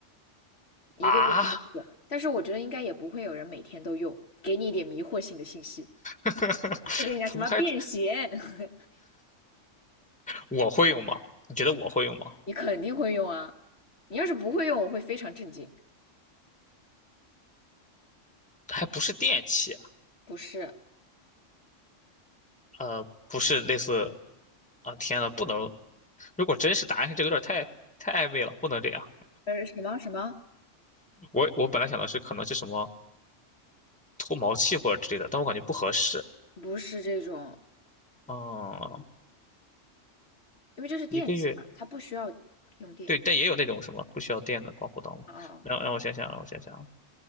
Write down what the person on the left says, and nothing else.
一个月三次，
但是我觉得应该也不会有人每天都用，给你一点迷惑性的信息，
就跟你讲什么便携，
<laughs>
你肯定会用啊。你要是不会用，我会非常震惊。
不是，
呃，什么什么，
不是这种，
因为这是电器嘛，
它不需要用电。
哦，